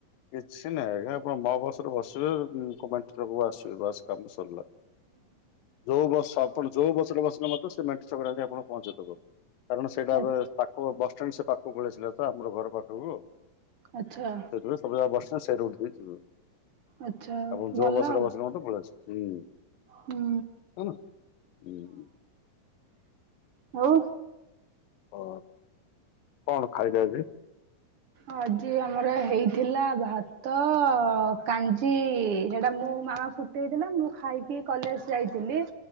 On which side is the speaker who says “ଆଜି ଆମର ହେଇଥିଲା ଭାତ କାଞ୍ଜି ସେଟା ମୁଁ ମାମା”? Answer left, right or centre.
Right